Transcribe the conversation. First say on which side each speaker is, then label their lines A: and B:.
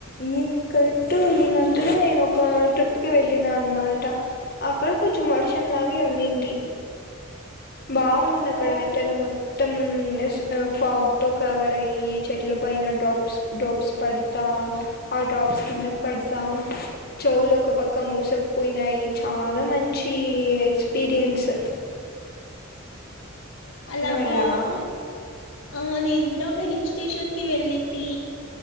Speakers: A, on the left (about 50°); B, on the left (about 80°).
A: ఈ కట్టు ఈ అందులో నేను ఒక ట్రిప్ కి వెళ్ళిన అనమాట అక్కడ కొంచెం వర్షంలాగే ఉన్నింది. బాగుందింది
B: ఓ
A: అక్కడ వెదర్రు మొత్ మొత్తం ఫాగ్ తో కవర్ అయ్యి చెట్ల పైన డ్రాప్స్ డ్రాప్స్ పడతా. ఆ ట్డ్రాప్స్ కిన్న పడసా చెవులు ఒక పక్క మూసకపోయినాయి చాలా మంచి ఎక్స్పీరియన్స్.
B: అలాబా
A: వెళ్ళావా
B: ఆ నేను ఇడ ఒక హిల్ స్టేషన్ కి వెళ్ళింటి